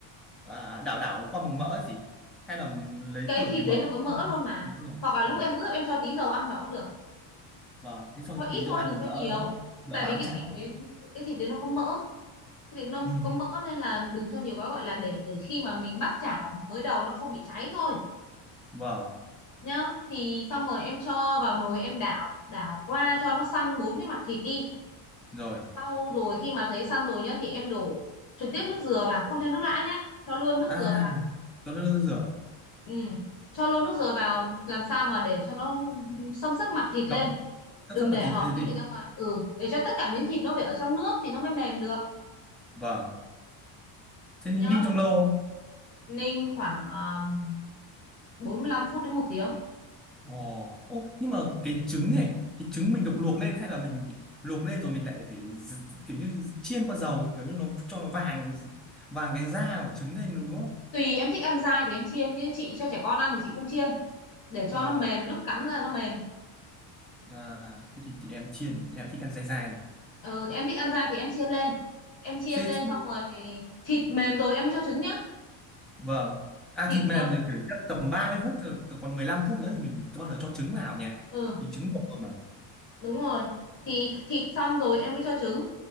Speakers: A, in the centre; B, on the left.
A: à, đảo đảo qua mừng mỡ gì hay là lấy
B: cái
A: từ
B: thịt
A: cái mỡ
B: đấy nó có
A: mỡ
B: mỡ luôn mà
A: rồi
B: hoặc là
A: Ừ.
B: lúc em ướp em cho tí dầu ăn vào cũng được
A: vâng thế cho
B: cho ít
A: tí
B: thôi
A: dầu ăn
B: đừng
A: cho
B: cho
A: đỡ
B: nhiều
A: đỡ đỡ
B: tại
A: bám
B: vì cái
A: chảo
B: thịt đấy cái thịt đấy nó có mỡ cái thịt nó
A: ừ.
B: có mỡ nên là đừng cho nhiều quá gọi là để để khi mà mình bắt chảo mới đầu nó không bị cháy thôi
A: vâng
B: nhá thì xong rồi em cho vào nồi em đảo đảo qua cho nó săn bốn cái mặt thịt đi
A: rồi
B: sau rồi khi mà thấy săn rồi nhá thì em đổ trực tiếp nước dừa vào không cho nước lã nhá cho luôn nước
A: à
B: dừa vào
A: cho nó rửa
B: ừ. cho luôn nước dừa vào làm sao mà để cho nó xâm xấp mặt thịt
A: ngập
B: lên
A: sắp
B: đừng
A: sắp
B: để
A: vào thịt
B: hở
A: hay
B: miếng
A: gì
B: thịt ra ngoài ừ để cho tất cả miếng thịt nó phải ở trong nước thì nó mới mềm được
A: vâng thế ninh
B: nhá
A: ninh trong lâu không
B: ninh khoảng um, 45 phút đến một tiếng
A: ồ ô nhưng mà cái trứng này cái trứng mình được luộc lên hay là mình luộc lên rồi mình lại phải d- kiểu như chiên qua dầu kiểu như nó cho nó vàng vàng cái da của trứng lên đúng không
B: tùy em thích ăn dai thì em chiên như chị cho trẻ con ăn thì chị không chiên để cho
A: ờ
B: nó mềm lúc cắn ra nó mềm
A: à, thế thì, thì em chiên em thích ăn dai dai
B: ừ, em thích ăn dai thì em chiên lên em chiên
A: thế
B: lên xong rồi thịt mềm rồi em mới cho trứng nhá
A: Vâng. À
B: thịt
A: thịt
B: được
A: mềm thì kiểu chắc tầm 30 phút rồi, từ còn 15 phút nữa thì mình bắt đầu cho trứng vào nhỉ.
B: ừ
A: Thì trứng luộc rồi mà.
B: đúng rồi thì thịt xong rồi em mới cho trứng